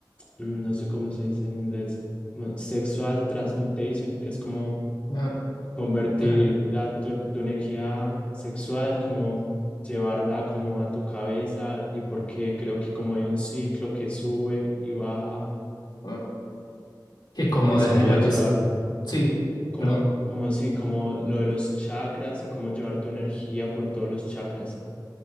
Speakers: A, on the left; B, on the left.
A: mm, no sé cómo se dice en inglés, como sexual transmutation, que es como
B: Ah,
A: convertir
B: Otra-
A: la, tu, tu energía sexual, como llevarla como a tu cabeza y porque creo que como hay un ciclo que sube y baja
B: ah, que es como
A: y es
B: desde
A: como
B: lo
A: de
B: que
A: llevar,
B: es... Sí,
A: como,
B: perdón.
A: como sí, como lo de los chakras y como llevar tu energía por todos los chakras.